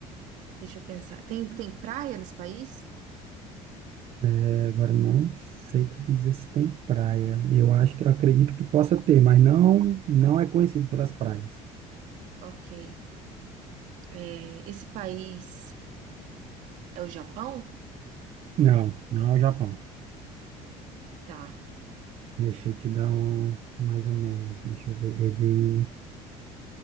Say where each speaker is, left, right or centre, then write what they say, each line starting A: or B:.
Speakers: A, on the right; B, on the right.
A: deixa eu pensar. Tem, tem praia nesse país?
B: É, Agora, não sei te dizer se tem praia. Eu acho que, eu acredito que possa ter, mas não, não é conhecido pelas praias.
A: Ok. É, Esse país é o Japão?
B: Não, não é o Japão.
A: Tá.
B: Deixa eu te dar um, mais ou menos, deixa eu ver. Ele,